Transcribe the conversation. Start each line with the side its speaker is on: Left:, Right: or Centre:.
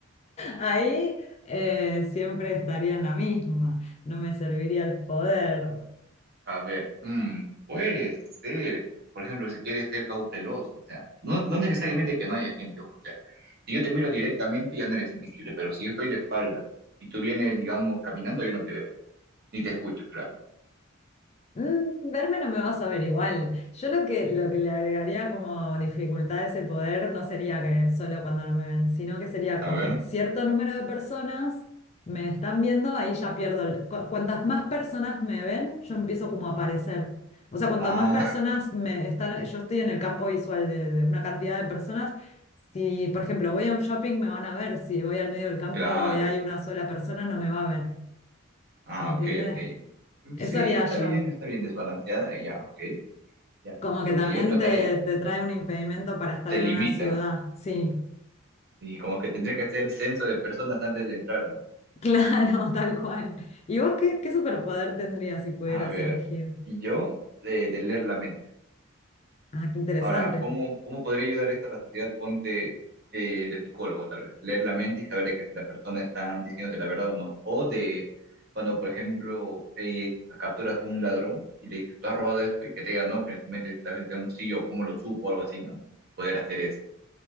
Left: ahí eh, siempre estaría en la misma, no me serviría el poder.
Right: a ver, mm, puede ser, por ejemplo, si quieres ser cauteloso, o sea, no, no necesariamente que no haya gente, ojo, o sea, si yo te miro directamente ya no eres invisible, pero si yo estoy de espaldas y tú vienes, digamos, caminando, yo no te veo, ni te escucho, claro.
Left: Mm, verme no me vas a ver igual. Yo lo que, lo que le agregaría como dificultad a ese poder no sería que solo cuando no me ven, sino que sería
Right: A
Left: cuando
Right: ver.
Left: cierto número de personas me están viendo, ahí ya pierdo. el- cu- cuantas más personas me ven, yo empiezo como a aparecer. O sea, cuantas
Right: Ah,
Left: más personas me están, yo estoy en el campo visual de, de una cantidad de personas. Si, por ejemplo, voy a un shopping, me van a ver. Si voy al medio del campo
Right: <laughs>
Left: y hay
Right: claro.
Left: una sola persona, no me va a ver.
Right: Ah,
Left: ¿Se entiende?
Right: ok, ok. Mm,
Left: Eso
Right: Sí,
Left: haría
Right: está
Left: yo.
Right: bien, está bien desbalanceada, ya, ok, ya.
Left: Como
Right: Lo
Left: que también
Right: que yo trataría
Left: te, te trae un impedimento para estar
Right: te
Left: en
Right: limita
Left: una ciudad. Sí,
Right: y como que tendría que hacer censo de personas antes de entrar, ¿no?
Left: <laughs> claro, tal cual. ¿Y vos qué, qué superpoder tendrías si pudieras
Right: A ver,
Left: elegir?
Right: y yo de, de leer la mente.
Left: Ah, qué interesante.
Right: Ahora, ¿cómo, cómo podría ayudar esto a la sociedad? Ponte eh, de psicólogo, tal vez. Leer la mente y saber de que si la persona está diciéndote la verdad o no. O de cuando, por ejemplo, eh, capturas a un ladrón y le dices, tú has robado esto y que te diga no, pero en su mente tal vez está un sí o cómo lo supo o algo así, ¿no? Poder hacer eso.